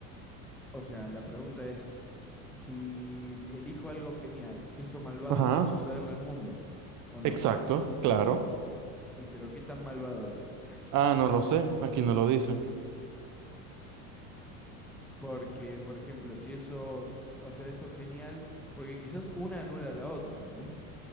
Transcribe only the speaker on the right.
Ajá,
exacto, claro.
Ah, no lo sé, aquí no lo dice.